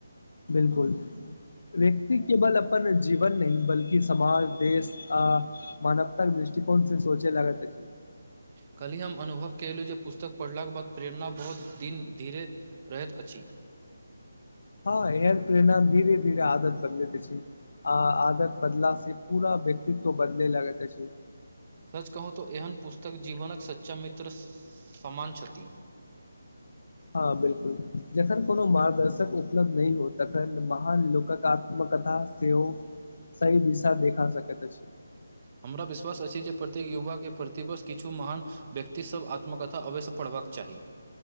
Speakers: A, on the left (about 60°); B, on the right (about 35°).
A: बिल्कुल। व्यक्ति केवल अपन जीवन नै बल्कि समाज देश आ मनवताक दृष्टिकोण से सोचे लगती।
B: कलहि हम अनुभव केलहुँ जे पुस्तक पढ़ला के बाद प्रेरणा बहुत दिन धीरे रहैत अछि।
A: हँ एर प्रेरणा धीरे धीरे आदत बदल छी आ आदत बदला से पूरा व्यक्तित्व बदले लागैत छै।
B: सच कहू तऽ एहन पुस्तक जीवनक सच्चा मित्र समान छथिष
A: हँ बिल्कूल जखन कोनो मार्गदर्शक उपलब्ध नहि होत तखन महान लोककात्मकथा से ओ सह दिशा देखा सकैत अछि।
B: हमरा विश्वास अछि जे प्रत्येक युवाके प्रतिवश किछु महान। व्यक्तिसभ आत्मकथा अव्यसँ पढ़बाक चाही।